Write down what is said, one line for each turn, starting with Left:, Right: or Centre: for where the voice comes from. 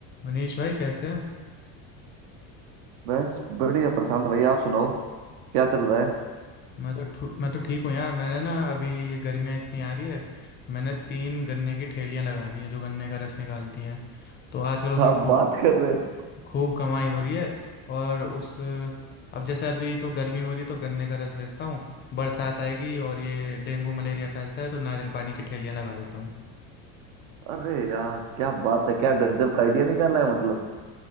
Left: मनीष भाई कैसे हैं
Right: बस बढ़िया प्रशांत भाई आप सुनाओ क्या चल रहा है
Left: मैं तो ठू- मैं तो ठीक हूँ यार मैंने ना अभी ये गर्मियाँ इतनी आ रही है मैंने तीन गन्ने की ठेलियाँ लगा दी हैं जो गन्ने का रस निकालती हैं तो आजकल उसमें
Right: आप
Left: खूब
Right: बात कर रहे हो
Left: खूब कमाई हो रही है और उस अब जैसे अभी तो गर्मी हो रही है तो गन्ने का रस बेचता हूँ बरसात आएगी और ये डेंगू मलेरिया फैलता है तो नारियल पानी की ठेलियाँ लगा देता हूँ
Right: अरे यार क्या बात है क्या गजब का आइडिया निकाला है मतलब